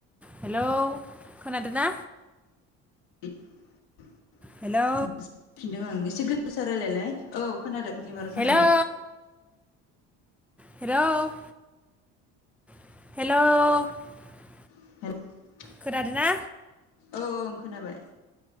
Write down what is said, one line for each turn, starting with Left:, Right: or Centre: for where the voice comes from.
Centre: hello खोनादोंना?
Left: <unintelligible> <unintelligible>
Centre: हेलौ
Left: इसे गोसा रायलायलाय औ खोनादों एबार खोनाबाय
Centre: हेलौ हेलौ हेलौ
Left: <unintelligible>
Centre: खोनादों ना?
Left: ओं खोनाबाय